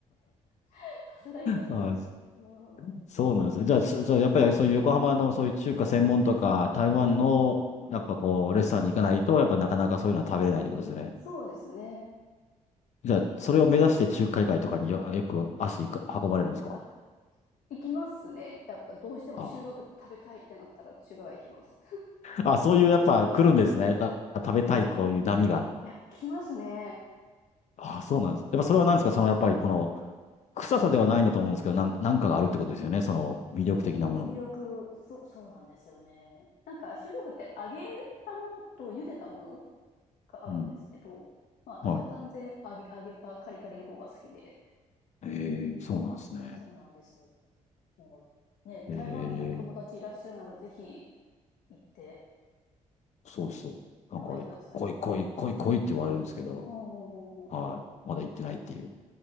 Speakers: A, on the left; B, on the left.
A: <laughs> さすがにちょっとね。
B: あ
A: うん、
B: そうなんですよ。じゃあ、そそうやっぱりそういう横浜のそういう中華専門とか、台湾の、
A: はい。うん、
B: やっぱこう、レストランに行かないと、やっぱなかなかそういうのは食べれないってことですね。
A: そうですね。
B: じゃあ、それを目指して中華街とかによ、よく足が運ばれるんですか
A: あ、行きますね。やっぱどうしても臭豆腐食べたいってなったら中華街行きます。
B: ああ、あそういうやっぱ来るんですね。た食べたいこういう波が。
A: うん。いや、来ますね。
B: ああ、そうなんです。やっぱそれは何ですかそのやっぱりこの、臭さではないんだと思うんですけど、なん、なんかがあるってことですよね。
A: うん
B: その魅力的なもの。
A: そう、魅力、そう、そうなんですよね。なんか、臭豆腐って揚げたものと茹でたものがあるんですけど、
B: うん。
A: まあ、私は断然揚げ、
B: はい。
A: 揚げたカリカリの方が好きで、
B: ええ、そうなんですね。
A: うん、そうなんですよ。もう、ね、台湾にお友達いらっしゃるなら、
B: ええ
A: ぜひ行って
B: そうそう。なんか、
A: 食べてください。
B: 来い来い来い来いって言われるんですけど、
A: おうんうんうん
B: はい。まだ行ってないっていう。